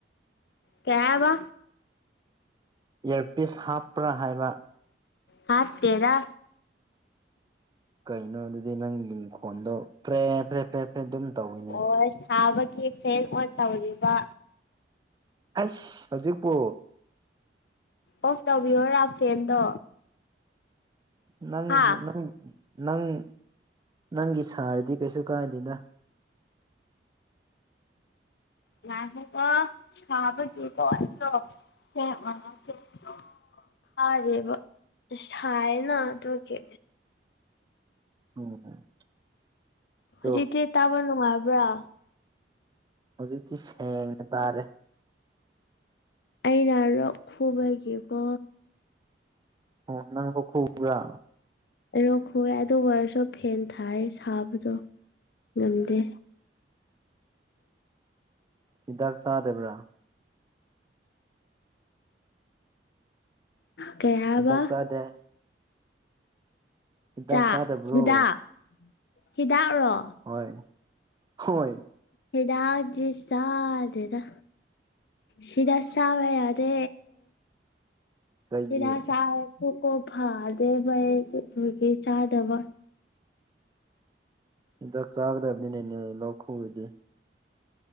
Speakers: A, on the left; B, on the right.
A: ꯀꯩ ꯍꯥꯏꯕ꯫
B: ꯏꯌꯥꯔꯄꯤꯁ ꯍꯥꯞꯄ꯭ꯔꯥ ꯍꯥꯏꯕ꯫
A: ꯍꯥꯞꯇꯦꯗ꯫
B: ꯀꯩꯅꯣ ꯑꯗꯨꯗꯤ ꯅꯪꯒꯤ ꯅꯈꯣꯟꯗꯣ ꯄ꯭ꯔꯦ ꯄ꯭ꯔꯦ ꯄ꯭ꯔꯦ ꯑꯗꯨꯝ ꯇꯧꯋꯤꯅꯦ
A: ꯑꯣ ꯁꯥꯕꯒꯤ ꯐꯦꯟ ꯑꯣꯟ ꯇꯧꯔꯤꯕ
B: ꯑꯩꯁ ꯍꯧꯖꯤꯛ ꯄꯨ
A: ꯑꯣꯐ ꯇꯧꯕꯤꯌꯨꯔꯥ ꯐꯦꯟꯗꯣ
B: ꯅꯪ
A: ꯍꯥꯥ
B: ꯅꯪ ꯅꯪ ꯅꯪꯒꯤ ꯁꯥꯔꯗꯤ ꯀꯩꯁꯨ ꯀꯥꯏꯗꯦꯗ
A: ꯉꯏꯈꯣ ꯀꯣ ꯁꯥꯕꯒꯤꯀꯣ ꯑꯩꯗꯣ <unintelligible> ꯊꯥꯔꯤꯕ ꯁꯥꯏꯅ ꯑꯗꯨꯒꯤ
B: ꯎꯝ ꯑꯗꯣ
A: ꯍꯧꯖꯤꯛꯇꯤ ꯇꯥꯕ ꯅꯨꯡꯉꯕ꯭ꯔꯥ
B: ꯍꯧꯖꯤꯛꯇꯤ ꯁꯦꯡꯅ ꯇꯥꯔꯦ
A: ꯑꯩꯅ ꯔꯣꯛ ꯈꯨꯕꯒꯤꯀꯣ
B: ꯑꯣ ꯅꯪ ꯂꯣꯛ ꯈꯨꯕ꯭ꯔꯥ
A: ꯑꯩꯩ ꯂꯣꯛ ꯈꯨꯑꯦ ꯑꯗꯨ ꯑꯣꯏꯔꯁꯨ ꯐꯦꯟ ꯊꯥꯏ ꯁꯥꯕꯗꯣ ꯉꯝꯗꯦ
B: ꯍꯤꯗꯥꯛ ꯆꯥꯗꯕ꯭ꯔꯥ
A: ꯀꯩ ꯍꯥꯏꯕ
B: ꯍꯤꯗꯥꯛ ꯆꯗꯦ ꯍꯤꯗꯥꯛ
A: ꯆꯥꯛ
B: ꯆꯥꯗꯕ꯭ꯔꯣ
A: ꯍꯤꯗꯥꯛ ꯍꯤꯗꯥꯛꯔꯣ
B: ꯍꯣꯏ ꯍꯣꯏ
A: ꯍꯤꯗꯥꯛꯇꯤ ꯆꯥꯗꯦꯗ ꯍꯤꯗꯥꯛ ꯆꯥꯕ ꯌꯥꯗꯦ
B: ꯀꯩꯒꯤ
A: ꯍꯤꯗꯥꯛ ꯆꯥꯔꯁꯨ ꯀꯣ ꯐꯥꯗꯦꯕ ꯑꯩ ꯑꯗꯨꯗꯨꯒꯤ ꯆꯥꯗꯕ
B: ꯍꯤꯗꯥꯛ ꯆꯥꯒꯗꯕꯤꯅꯦꯅꯦ ꯂꯣꯛ ꯈꯨꯔꯗꯤ